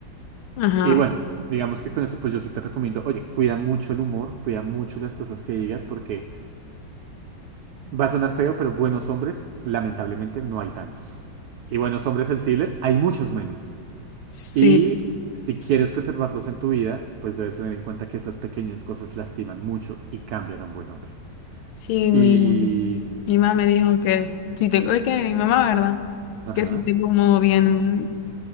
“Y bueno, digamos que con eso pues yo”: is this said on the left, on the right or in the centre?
Right